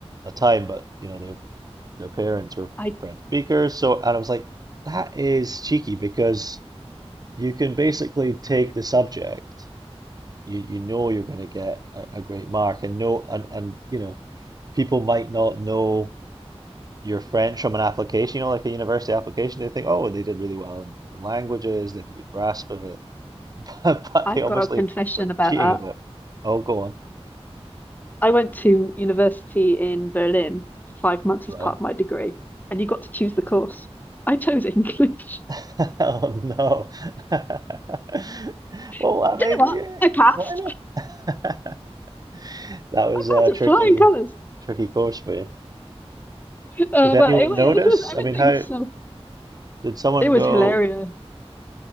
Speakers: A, on the right; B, on the left.
A: a time, but you know, their their parents are
B: I
A: French speakers. So, and I was like, that is cheeky because you can basically take the subject, you you know, you're going to get a, a great mark, and no, and and you know, people might not know your French from an application, you know, like a university application. They think, oh, they did really well in the languages, they have a good grasp of it, <laughs> but
B: I've
A: they obviously
B: got a confession
A: were
B: about
A: cheating
B: that.
A: a bit. Oh, go on.
B: I went to university in Berlin for five months
A: Right.
B: as part of my degree, and you got to choose the course. I chose English.
A: <laughs> Oh no. <laughs> Well,
B: <laughs>
A: I mean,
B: Do you know what?
A: yeah,
B: I passed.
A: why not? <laughs> That was
B: I passed
A: a
B: with
A: tricky,
B: flying colours.
A: tricky course for you.
B: Oh,
A: Did anyone
B: well, it, wa-
A: notice?
B: it was everything
A: I mean, how
B: was so
A: did someone
B: it was
A: go?
B: hilarious.